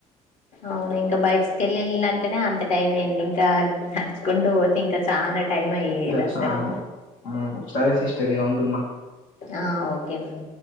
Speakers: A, on the left; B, on the left.
A: అవును ఇంకా బస్ కెళ్ళళంటేనే అంత టైం అయింది ఇంకా నడుచుకుంటూ పోతే ఇంకా చానా టైం అయ్యేది
B: ఇంకా
A: అసలు
B: చానా ఆ సరే సిస్టర్ ఇగ ఉంటున్నా
A: ఆ ఓకే బ్రో